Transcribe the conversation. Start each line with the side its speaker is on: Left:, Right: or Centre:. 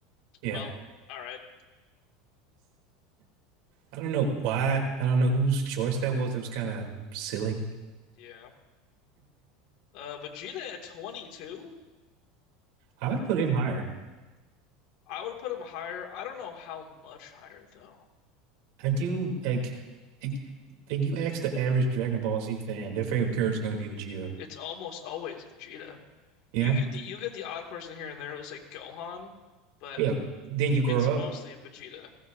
Right: Yeah.
Left: well all right
Right: I don't know why. I don't know whose choice that was. It was kind of silly.
Left: yeah uh Vegeta at 22
Right: I would put
Left: Ooh.
Right: him higher.
Left: I would put him higher I don't know how much higher though
Right: I do like, like like, you ask the average Dragon Ball Z fan, their favorite character is going to be Vegeta.
Left: it's almost always Vegeta
Right: Yeah.
Left: you get the you get the odd person here and there who's like Gohan but
Right: Yeah. Then you grow
Left: it's mostly
Right: up.
Left: Vegeta